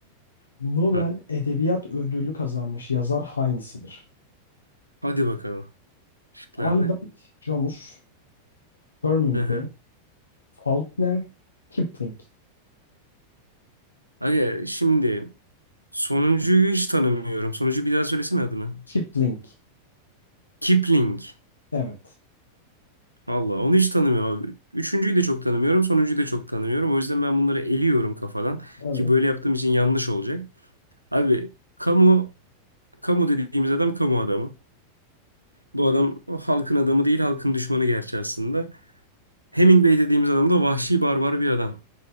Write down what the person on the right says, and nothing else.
Hı.
Hadi bakalım. Şıklar
ne?
Hı hı.
Aga şimdi sonuncuyu hiç tanımıyorum. Sonuncu bir daha söylesene adını.
Kipling.
Allah onu hiç tanımıyorum abi. Üçüncüyü de çok tanımıyorum. Sonuncuyu da çok tanımıyorum. O yüzden ben bunları eliyorum kafadan.
Ki böyle yaptığım için yanlış olacak. Abi kamu kamu dediğimiz adam kamu adamı. Bu adam o halkın adamı değil halkın düşmanı gerçi aslında. Hemingway dediğimiz adam da vahşi barbar bir adam.